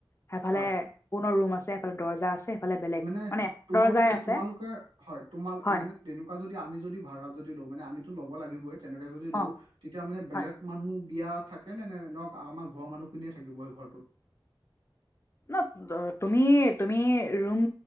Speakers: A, on the left (about 30°); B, on the right (about 80°).
A: সেফালে,
B: হয়
A: পূৰ্ণ ৰুম আছে এফালে দৰ্জা আছে। সেইফালে বেলেগ
B: মানে তোমালোকে-তোমালোকে
A: দৰ্জাই আছে
B: হয়, তোমাল
A: হয়
B: মেনে তেনেকুৱা যদি আমি যদি ভড়া যদি লওঁ, মানে আমিতো ল'ব লাগিবই তেনেকে যদি লও,
A: অ
B: তিতিয়া মানে বেলেগ
A: হয়
B: মানুহ বিয়া থাকে নে ন আমাৰ ঘৰৰ মানুহখিনিয়ে থাকিব সেই ঘৰটোত?
A: ন তুমি-তুমি ৰুম